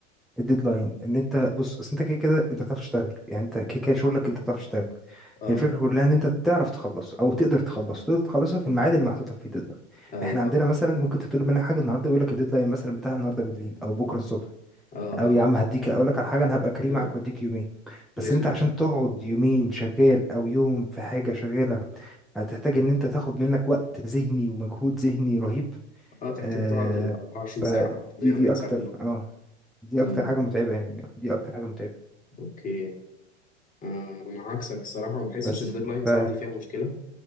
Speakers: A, in the centre; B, on the left.
A: الديدلاين ان انت بص اصل انت كده كده انت بتعرف تشتغل يعني انت كده كده شغلك انت بتعرف تشتغل
B: آه
A: هي الفكره كلها ان انت تعرف تخلص او تقدر تخلص تقدر تخلصها في الميعاد اللي محطوط لك فيه الديدلاين
B: أيوه
A: احنا عندنا مثلا ممكن تطلب منك حاجه النهارده يقول لك الديدلاين مثلا بتاع النهارده بالليل او بكره الصبح
B: آه
A: او
B: آه
A: يا عم هديك اقول لك على حاجه انا هبقى كريم
B: كده
A: معاك واديك يومين بس
B: رخمة
A: انت عشان
B: دي
A: تقعد يومين شغال او يوم في حاجه شغاله هتحتاج ان انت تاخد منك وقت ذهني ومجهود ذهني رهيب
B: آه تحتاج
A: آه
B: تقعد ال 24
A: فدي
B: ساعة أو 48
A: دي اكتر
B: ساعة كلهم
A: اه دي
B: مم،
A: اكتر حاجه متعبه يعني دي اكتر حاجه متعبه
B: اوكي آه انا عكسك الصراحه ما بحسش
A: بس
B: الديدلاينز
A: ف
B: عندي فيها مشكله